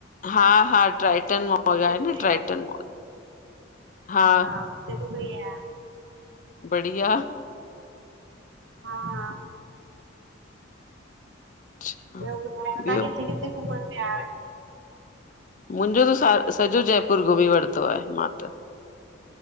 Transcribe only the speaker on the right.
हुते
बि
वई आहियां
हुते बि वई आहियां
हां हां।
ॿियो ॿुधायो
तां किथे किथे घुमण विया आयो?